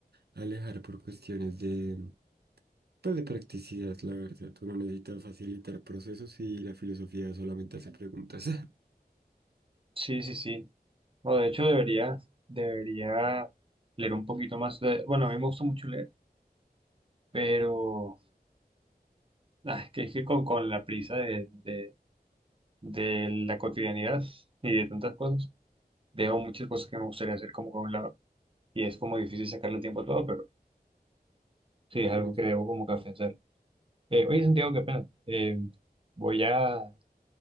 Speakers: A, on the right (about 85°); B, on the right (about 35°).
A: a alejar por cuestiones de, pues de practicidad, la verdad. Uno necesita facilitar procesos y la filosofía solamente hace preguntas. <laughs>
B: Sí, sí, sí. No, de hecho, debería, debería leer un poquito más. de- bueno, a mí me gusta mucho leer, pero... Ah, es que, es que con, con la prisa de, de, de la cotidianidad y de tantas cosas, dejo muchas cosas que me gustaría hacer como con un lado. Y es como difícil sacarle tiempo a todo, pero sí, es algo
A: Pero,
B: que debo como que hacer. Eh, oye, Santiago, qué pena. Eh, voy a